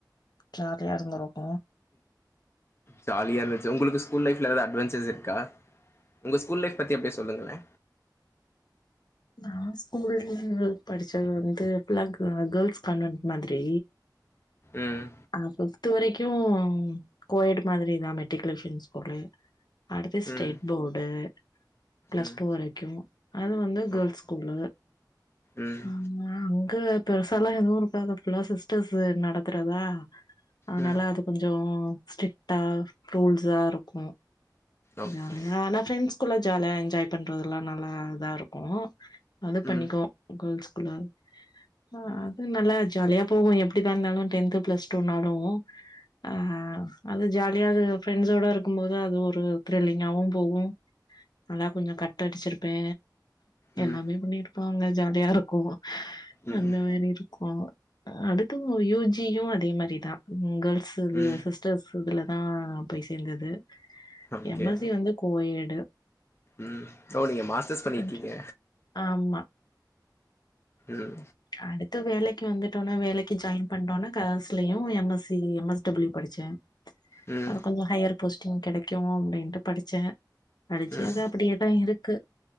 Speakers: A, on the left; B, on the left.
A: ஜாலியா இருந்துருக்கும்
B: ஜாலியா இருந்துச்சு உங்குளுக்கு ஸ்கூல் லைஃப்ல எதாது அட்வெஞ்சர்ஸ் இருக்கா உங்க ஸ்கூல் லைஃப் பத்தி அப்டே சொல்லுங்களே
A: நா ஸ்கூல் படிச்சது வந்து ஃபுல்லா க கேர்ள்ஸ் கான்வென்ட் மாதிரி
B: ம்
A: அ ஃபிஃப்த் வரைக்கும் கோயேடு மாதிரி தான் மெட் ட்ரிக்குலேசன் ஸ்கூலு அடுத்து ஸ்டேட்
B: ம்
A: போடு ப்ளெஸ்ட்டூ
B: ம்
A: வரைக்கும் அது வந்து கேர்ள்ஸ்
B: ஓக்
A: ஸ்கூலு
B: ம்
A: அங்க அங்கு பெருசா எல்லா எதுவும் இருக்காது ஃபுல்லா சிஸ்டர்ஸ்ஸு நடத்துறதா அதனால
B: ம்
A: அது கொஞ்சோ ஸ்ரிட்டா ரூல்ஸாருக்கு
B: ஓகே
A: ஜாலியா ஆனா ஃப்ரெண்ட்ஸ்க்குல ஜாலியா என்ஜாய் பண்றதெலா நல்லா இதா இருக்கு அது பண்ணிக்குவோ
B: ம்
A: கேர்ள்ஸ் குள்ளாற ஆ அது நல்லா ஜாலியா போகு எப்டிதா இருந்தாலு டென்த்து பிளஸ் டூனாலு ஆ அது ஜாலியா அது ஃப்ரெண்ட்ஸோட இருக்கும் போது அது ஒரு த்ரில்லிங்காவு போகு நாலா கொஞ்ச கட் அடிச்சிருப்பே
B: ம்
A: எல்லாமே பண்ணிருப்பாங்க ஜாலியா இருக்கு
B: ம்
A: அந்த மாரி இருக்கு அடுத்து யூ ஜி யு அதே மாரிதா கேர்ள்ஸ் இதுல
B: ம்
A: சிஸ்டர்ஸ் இதுல நா போய் சேந்தது
B: ஓகே
A: எம் எஸ் சி வந்து கோ எடு
B: ம் சோ நீங்க மாஸ்டர்ஸ் பண்ணிருக்கிங்க
A: கொஞ்சோ ஆமா
B: ம்
A: அடுத்து வேலைக் கு வந்துட்டொன வேலைக்கு ஜாயின் பண்ட்டோன கரஸ்லயு M S C M S W படிச்சே
B: ம்
A: அது கொஞ்ச ஹையர் போஸ்டிங் கெடைக்கு அப்டின்ட்டு படிச்சே படிச்சி
B: ம்
A: அது அப்டியேதா இருக்கு